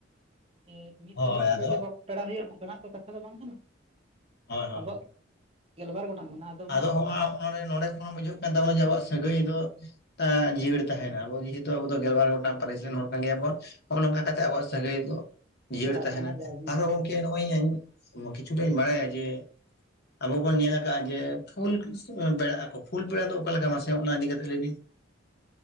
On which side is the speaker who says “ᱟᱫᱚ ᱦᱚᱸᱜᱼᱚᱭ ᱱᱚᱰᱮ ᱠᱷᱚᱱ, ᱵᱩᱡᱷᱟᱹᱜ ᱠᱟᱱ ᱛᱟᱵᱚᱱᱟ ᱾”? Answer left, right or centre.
Left